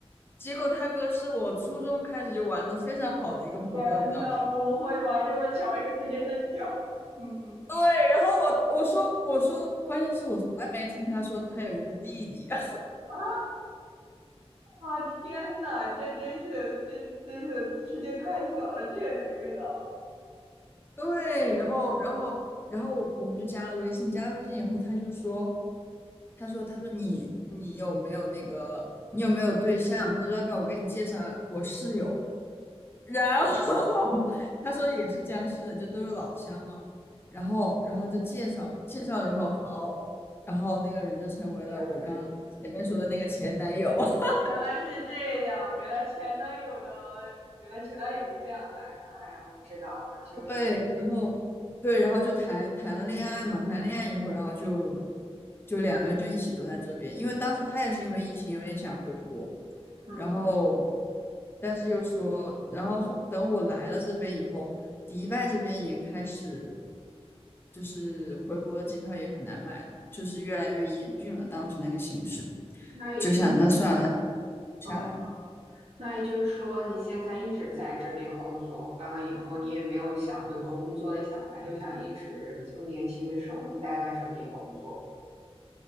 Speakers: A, on the left; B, on the right.
A: 结果他哥是我初中开始就玩的非常好的一个朋友，
B: 天呐，
A: 你知道吗？
B: 不会吧？这么巧，这个世界真小。嗯哼，
A: 对，然后我我说我说，关键是我从来没听他说他有一个弟弟。<laughs>
B: 啊，啊，天呐，这真是，这是真是世界太小了，这也能遇到？
A: 对，然后然后然后我们就加了微信，加了微信以后，他就说，他说他说你你有没有那个你有没有对象？他说要不要我给你介绍我室友？然后 <laughs>
B: 我明
A: 他说也是江西的，就都是老乡嘛。然后，然后就介绍了，
B: 白呀，
A: 介绍了以后好，然后那个人就成为了我刚前面说的那个前男友。
B: 这俩就认识了。
A: <laughs>
B: 原来是这样，原来前男友的，原来前男友是这样来的。哎呀，我知道了，就挺，
A: 对，然后对，然后就谈谈了恋爱嘛，谈恋爱以后，然后就就两个人就一起都在这边，因为当时他也是因为疫情有点想回国，
B: 嗯，
A: 然后，但是又说，然后后等我来了这边以后，迪拜这边也开始，就是回国的机票也很难买了嘛，就是越来越严峻了。当时那个形势，
B: 那也就是，
A: 就想那算了，那下来。
B: 哦，那也就是说，你现在一直在这边工作，完了以后你也没有想回国工作的想法，就想一直就年轻的时候能待在这边工作。